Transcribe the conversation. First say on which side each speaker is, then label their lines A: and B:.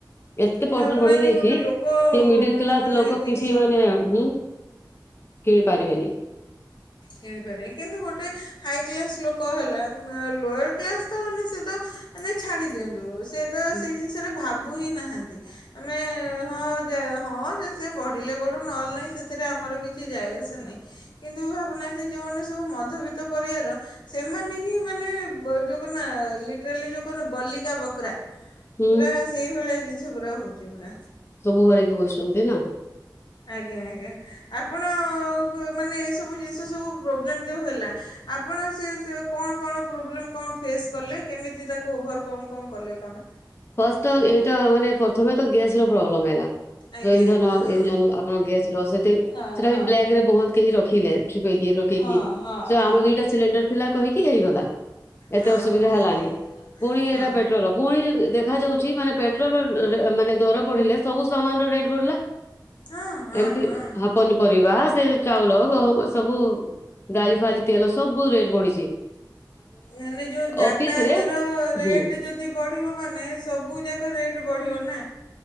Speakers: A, on the left; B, on the left.
A: ଏତେ
B: ଭାବୁନାହାନ୍ତି
A: ପରସେଣ୍ଟ ବଢେଇ ଦେଇଛି
B: ଗୋଟେ ଲୋକ
A: କି ମିଡିଲ କ୍ଲାସ
B: ମାନେ
A: ଲୋକ
B: ଏତିକି
A: କିଛି
B: ସକି
A: ମାନେ ହଁ କିଣି ପାରିବେନି।
B: କିଣିପାରେ ଗୋଟେ ହାଇ କ୍ଲାସ ଲୋକ ହେଲା ଲୋୟର କ୍ଲାସ ତ ମାନେ ସେ ତ ମାନେ ଛାଡି ଦିଅନ୍ତୁ। ସେ ତ
A: ହୁଁ,
B: ସେଇ ଜିନିଷରେ ଭାବୁ ହିଁ ନାହାନ୍ତି ଆମେ ହଁ ସେ ସେ ବଢ଼ିଲେ ବଢ଼ୁ ନହେଲେ ନାହିଁ ସେଥିରେ ଆମର କିଛି ଯାଏ ଆସେ ନାହିଁ କିନ୍ତୁ ଭାବୁନାହାଁନ୍ତି ଯେଉଁମାନେ ଯେବଁ ମଧବିତ୍ତ ପରିବାର ସେମାନେ ହିଁ ମାନେ ଯେଉଁ କନା ଲିଟରାଲି ଯେଉଁ କହନା ବଲିକା ବକରା।
A: ହୁଁ
B: ପୁରା ସେଇ ଭଳିଆ। ଜିନିଷ ପୁରା ହେଉଛି ପୁରା।
A: ସବୁବେଳେ ଏଇଠି ବସୁଛନ୍ତି ନା।
B: ଆଜ୍ଞା ଆଜ୍ଞା ଆପଣ ମାନେ ଏସବୁ ଜିନିଷ ସବୁ ପ୍ରୋବ୍ଲେମ୍ ଉ ହେଲା ଆପଣ ସେ କଣ କଣ ପ୍ରୋବ୍ଲେମ କଣ ଫେସ୍ କଲେ କେମିତି ତାକୁ ଓଭର କଣ କଣ କଲେ କଣ
A: ଫାଷ୍ଟ ଏଇଟା ମାନେ ପ୍ରଥମେ ତ ଗ୍ୟାସ ର ପ୍ରୋବ୍ଲେମ ହେଲା।
B: ଆଜ୍ଞା
A: ଯଉ ଇନ୍ଧନ
B: ଆଜ୍ଞା ହଁ।
A: ଇଜନ ଆପଣଙ୍କ ଗ୍ୟାସ ର ସେ
B: ହଁ
A: ସେଟା ବି
B: ହଁ
A: ବ୍ୟାଗ୍ ବହୁତ କେହି ରଖିଲେ। ଲୋକେଇକି
B: ହଁ ହଁ
A: ଜ
B: ହଁ।
A: ଆମ ଦିଟା ସିଲିଣ୍ଡର ଥିଲା କହିକି କି ହେଇଗଲା ଏତେ
B: ହଁ
A: ଅସୁବିଧା
B: ଓହୋ
A: ହେଲାନି
B: ହଁ
A: ପୁଣି ଏଟା ପେଟ୍ରୋଲ ପୁଣି ଉଛି ମାନେ ପେଟ୍ରୋଲମାନେ ଦର ବଢିଲେ ସବୁ ସମାନ ର ରେଟ ବଢିଲା।
B: ହଁ ହଁ
A: ଏମିତି
B: ହଁ।
A: ହ ପନିପରିବା ସେ ଚାଉଳ ଗହମ ସବୁ। ଡାଲି ଫାଲି ତେଲ ସବୁ ରେଟ୍ ବଢିଛି। <inaudible>
B: ମାନେ ଯୋଉ ଯାତାଡୟତର
A: ଅଫିସରେ
B: ରେଟ
A: ହୁଁ
B: ଯଦି ବଢିବ ମାନେ ସବୁ ଯାକ ରେଟ୍ ବଢ଼ିବ ନା,